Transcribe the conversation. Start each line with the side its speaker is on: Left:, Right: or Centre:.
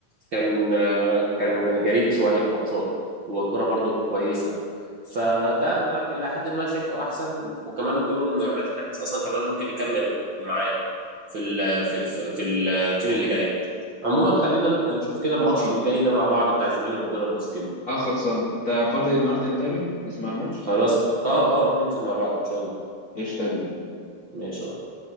Right: كان آه، كان جريء شويه في ماتشاته وكره برضه كويسه فده ده الى حد ما شايفه احسن وكمان بيقولوا ان عماد النحاس اصلا كمان ممكن يكمل معاه في ال في ال في التيم اللي جاي عموما خلينا نبقى نشوف كده الماتش
Left: خلصان
Right: اللي جاي ده مع بعض بتاع الزمالك وبيراميدز كده
Left: اه خلصان انت فاضي النهارده نتقابل نسمع الماتش
Right: خلاص اه اه ننزل مع بعض ان شاء الله
Left: ايش تقول
Right: ماشي يا معلم.